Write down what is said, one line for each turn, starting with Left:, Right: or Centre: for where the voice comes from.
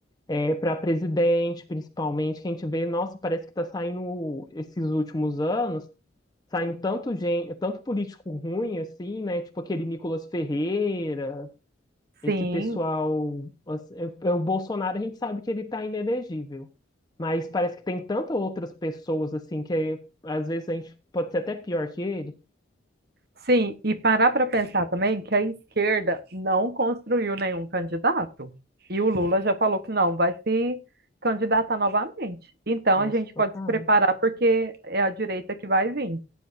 Left: é, para presidente, principalmente, que a gente vê, nossa, parece que está saindo esses últimos anos, saindo tanto gente, tanto político ruim assim, né? Tipo aquele Nicolas Ferreira, esse
Right: Sim,
Left: pessoal, assim, é- é o Bolsonaro a gente sabe que ele está inelegível, mas parece que tem tantas outras pessoas assim que é, às vezes a gente pode ser até pior que ele.
Right: Sim, e parar para pensar também que a esquerda não construiu nenhum candidato. E o Lula já falou que não vai se candidatar novamente. Então
Left: Nossa,
Right: a gente
Left: socado.
Right: pode se preparar porque é a direita que vai vir.